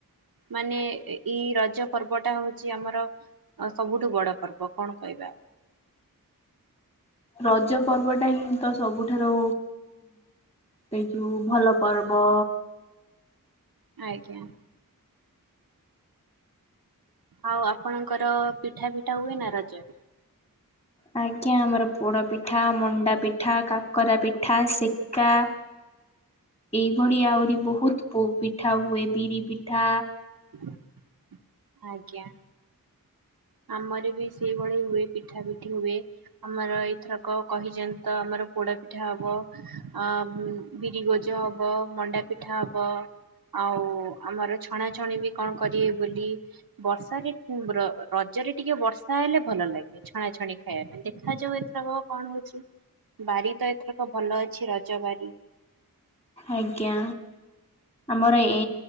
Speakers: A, on the right; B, on the left.
A: ମାନେ ଏଇ ରଜ ପର୍ବଟା ହଉଛି ଆମର ହ ସବୁଠୁ ବଡ ପର୍ବ କଣ କହିବା
B: ରଜ ପର୍ବ ଟା ହିଁ ତ ସବୁଠାରୁ ଏଇ ଯୋଉଁ ଭଲ ପର୍ବ
A: ଆଜ୍ଞା। ଆଉ ଆପଣଙ୍କର ପିଠା ପିଠା ହୁଏ ନା ରଜରେ
B: ଆଜ୍ଞା ଆମର ପୋଡ଼ପିଠା ମଣ୍ଡା ପିଠା କାକରା ପିଠା ସେକା ଏଇଭଳି ଆହୁରି ବହୁତ ପିଠା ହୁଏ ବିରି ପିଠା
A: <inaudible> ଆଜ୍ଞା। ଆମର ବି ସେଇଭଳି ହୁଏ ପିଠା ପିଠି ହୁଏ ଆମର ଏଇଥରକ କହିଛନ୍ତିଛନ୍ତି ତ ଆମର ପୋଡା ପିଠା ହବ ଆଁ ବିରି ଗୋଜ ହବ ମଣ୍ଡା ପିଠା ହବ ଆଉ ଆମର ଛଣାଛଣି ବି କଣ କରିବେ ବୋଲି ବର୍ଷା ରେ <unintelligible> ରଜରେ ଟିକେ ବର୍ଷା ହେଲେ ଭଲ ଲାଗେ ଛଣାଛଣି ଖାଇବା ପାଇଁ ଦେଖାଯାଉ ଏଥର କଣ ହଉଛି ବାରି ତ ଏଥରକ ଭଲ ଅଛି ରଜ ବାରି
B: ଆଜ୍ଞା। ଆମର ଏ